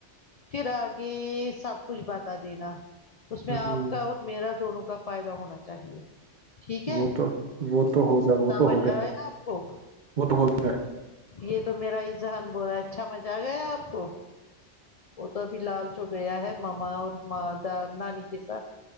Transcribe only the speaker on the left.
پھر آگے سب کچھ بتا دینا اس
میں آپ کا اور میرا دونوں کا فائدہ ہونا چاہیے ٹھیک ہے
سمجھ
آیا آپ کو
یہ تو میرا ا ذہان بول رہا ہے اچھا مزہ آ گیا آپ کو وہ تو ابھی لال چوک گیا ہے ماما اورا نانی کے ساتھ